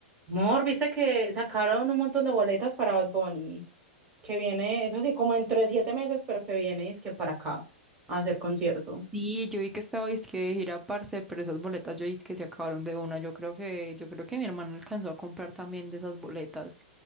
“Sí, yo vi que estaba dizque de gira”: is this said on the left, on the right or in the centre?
Centre